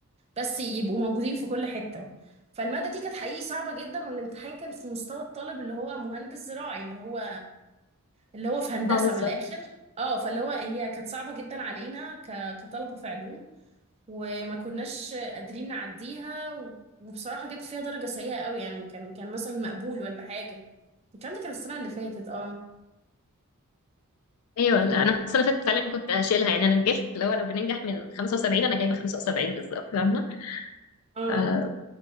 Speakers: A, on the right (about 25°); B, on the left (about 75°).
A: بس يبقوا موجودين في كل حتة فالمادة دي كانت حقيقي صعبة جدا والامتحان كان في مستوى الطالب اللي هو مهندس زراعي اللي هو اللي هو في هندسة
B: اه بالظبط
A: من الآخر اه فاللي هو هي كانت صعبة جدا علينا ك... كطلبة في علوم وما كناش قادرين نعديها و... وبصراحة جبت فيها درجة سيئة قوي يعني كان كان مثلا مقبول ولا حاجة الكلام ده كان السنة اللي فاتت اه
B: ايوه لا
A: كانت
B: انا السنه اللي فاتت فعلا كنت هشيلها يعني انا نجحت اللي هو لو بننجح من 75 انا جايبه 75 بالظبط فاهمه
A: اه
B: آه،